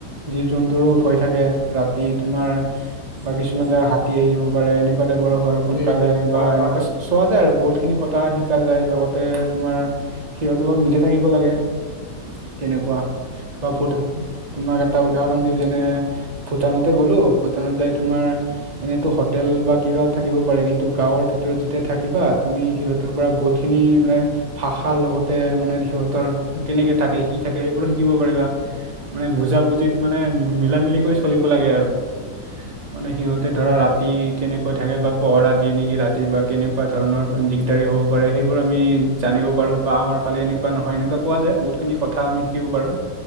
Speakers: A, on the right; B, on the left.
A: জীৱ-জন্তুৰো ভয় থাকে। ৰাতি তোমাৰ বা কিছুমান জেগা হাতী আহি যাব পাৰে, এনেকুৱা টাইপৰ হয়। সোনকালে
B: উম হয়
A: বা
B: হয়
A: এনেকুৱা <inaudible> চোৱা যায় আৰু বহুত খিনি কথা শিকা যায়, লগতে তোমাৰ সিহঁতৰত মিলি <unintelligible> থাকিব লাগে
B: হয়।
A: তেনেকুৱা। বা ভূটা, তোমাক এটা উদাহৰণ দিওঁ যেনে ভূটানতে গ'লো, ভূটানত যাই তোমাৰ এনেতো হোটেল বা কিবা থাকিব পাৰে, কিন্তু গাঁৱৰ ভিতৰত যেতিয়া থাকিবা, তুমি সিহঁত তাৰ পৰা বহুত খিনি মানে ভাষা লগতে মানে সিহঁতৰ কেনেকে থাকে, কি থাকে সেইবোৰো শিকিব পাৰিবা। মানে বুজা-বুজিত মানে মিলা-মিলি কৰি চলিব লাগে আৰু। মানে সিহঁতে ধৰা ৰাতি কেনেকৈ থাকে বা পহৰা দিয়ে নেকি ৰাতি বা কেনেকুৱা ধৰণৰ দিগদাৰি হ'ব পাৰে সেইবোৰ আমি জানিব পাৰো বা আমাৰ ফালে এনেকুৱা নহয়। এনেকুৱা কোৱা যায় বহুত। খিনি কথা আমি শিকিব পাৰো,